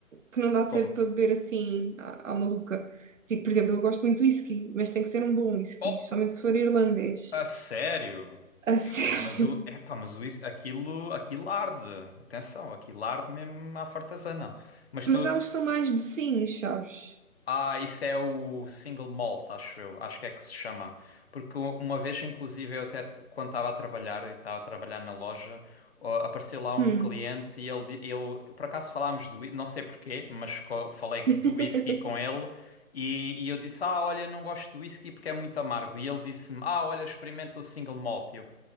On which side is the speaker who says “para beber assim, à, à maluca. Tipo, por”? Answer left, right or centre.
Right